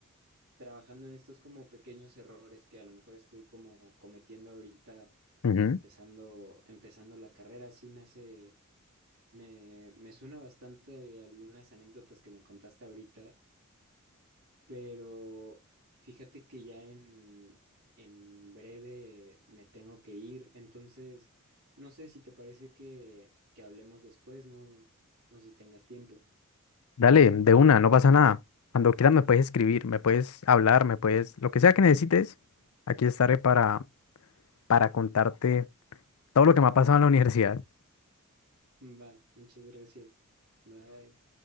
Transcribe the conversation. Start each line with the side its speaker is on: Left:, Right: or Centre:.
Right: trabajando en estos como pequeños errores que a lo mejor estoy como cometiendo ahorita
Left: Ujú.
Right: empezando, empezando la carrera. Sí me hace Me, me suena bastante a algunas anécdotas que me contaste ahorita, pero fíjate que ya en, en breve me tengo que ir, entonces no sé si te parece que, que hablemos después, no, no sé si tengas tiempo. <laughs>
Left: Dale, de una, no pasa nada. Cuando quieras me puedes escribir, me puedes hablar, me puedes, lo que sea que necesites, aquí estaré para, para contarte todo lo que me ha pasado en la <laughs> universidad.
Right: Va, muchas gracias. Bye.